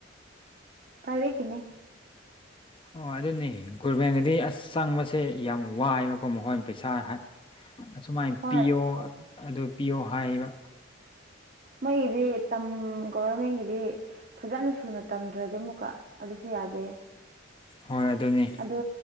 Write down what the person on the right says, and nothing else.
ꯄ꯭ꯔꯥꯏꯚꯦꯠꯀꯤꯅꯦ
ꯍꯣꯏ
ꯃꯣꯏꯒꯤꯗꯤ ꯇꯝ ꯒꯣꯚꯔꯃꯦꯟꯒꯤꯗꯤ ꯐꯖꯟꯅ ꯁꯨꯅ ꯇꯝꯗ꯭ꯔꯗꯤ ꯑꯃꯨꯛꯀ ꯑꯗꯨꯁꯨ ꯌꯥꯗꯦꯌꯦ
ꯑꯗꯨ